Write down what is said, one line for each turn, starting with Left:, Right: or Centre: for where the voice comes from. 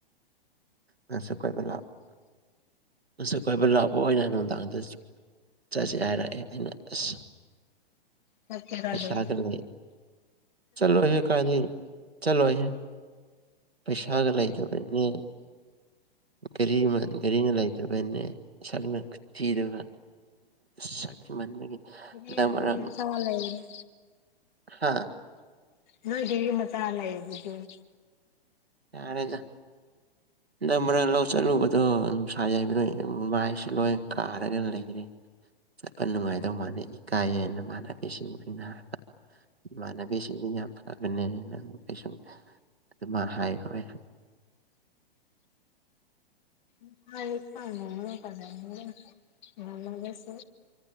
Right: ꯉꯁꯨꯛ ꯀꯣꯏꯕ ꯂꯥꯛꯄ ꯑꯁꯨꯛ <unintelligible> ꯀꯣꯏꯕ ꯂꯥꯛꯄ ꯑꯣꯏꯅ ꯅꯨꯡꯗꯥꯡꯗꯁꯨ ꯆꯠꯁꯤ ꯍꯥꯏꯔꯛꯑꯦ ꯑꯩꯅ ꯑꯁ
Left: ꯆꯠꯀꯦꯔ
Right: ꯄꯩꯁꯥꯒ
Left: ꯑꯗꯨꯝ
Right: ꯂꯩ ꯆꯠꯂꯣꯏꯍ‌ꯦ ꯀꯥꯏꯗꯩ ꯆꯠꯂꯣꯍꯦ ꯄꯩꯁꯥꯒ ꯂꯩꯇꯕꯅꯦ ꯒꯥꯔꯤ ꯒꯥꯔꯤꯅ ꯂꯩꯇꯕꯅꯦ ꯁꯛꯅ ꯈꯨꯊꯤꯗꯨꯒ ꯁ ꯃꯕ
Left: ꯒꯥꯔꯤ
Right: ꯃꯔ
Left: ꯃꯆꯥ ꯂꯩ
Right: ꯍꯥ <unintelligible>
Left: ꯅꯣꯏ ꯒꯔꯤ ꯃꯆꯥ ꯂꯩꯗꯨꯗꯤ
Right: ꯌꯥꯔ‌ꯦꯗ ꯍꯟꯗꯛ ꯃꯔꯛ ꯂꯧ ꯆꯠꯂꯨꯕꯗꯣ ꯅꯨꯡꯁꯥ ꯌꯥꯏꯕꯗ ꯃꯥꯏꯁꯤ ꯂꯣꯏ ꯀꯥꯔꯒ ꯂꯩꯕꯅ‌ꯦ ꯆꯠꯄ ꯅꯨꯡꯉꯥꯏꯗꯧ ꯃꯥꯥꯟꯗ‌ꯦ ꯏꯀꯥꯏꯌ‌ꯦꯅ ꯃꯅ ꯃꯥꯃꯥꯟꯅꯕꯤꯁꯤꯡ <unintelligible> ꯑꯣꯏꯅ ꯍꯥꯏ ꯏꯃꯥꯟꯅꯕꯤꯁꯤꯡꯗꯤ ꯌꯥꯝ ꯐꯕꯅꯦ ꯅ ꯑꯃ ꯀꯩꯁꯨꯝ ꯑꯗꯨꯃ ꯍꯥꯏꯈ꯭ꯔꯣꯏ
Left: <unintelligible> ꯑꯃꯒꯁꯨ